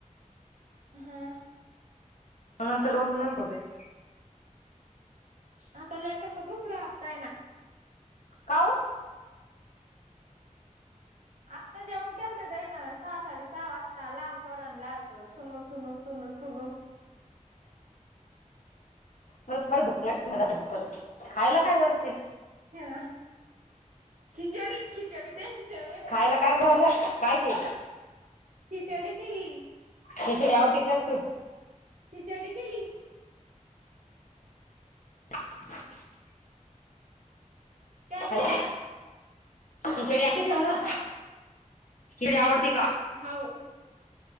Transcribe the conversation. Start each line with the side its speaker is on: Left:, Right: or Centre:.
Right: हा.
Left: नंतर दोन <unintelligible>
Right: आता लेकाचा दुसरा हप्ता आहे ना.
Left: काऊन?
Right: आत्ता जेवण केलत तेईनं सहा, साडे सहा वाजता लहान पोरांना लावितो चुनू, चुनू, चुनू, चुनू.
Left: मला भुक लाग. <unintelligible> खायला काय बर.
Right: हा <unintelligible> खिचडी, खिचडी त्यांची फेवरेट ए
Left: खायला
Right: ना.
Left: काय बनवलं काय ते
Right: खिचडी केली.
Left: खिचड आवडते का जास्त?
Right: खिचडी केली.
Left: <inaudible> <unintelligible>
Right: काय म्हणल्या
Left: हॅलो. खिचडी लागती त्यांना,
Right: बोला ना
Left: खिचडी आवडती का?
Right: हाव.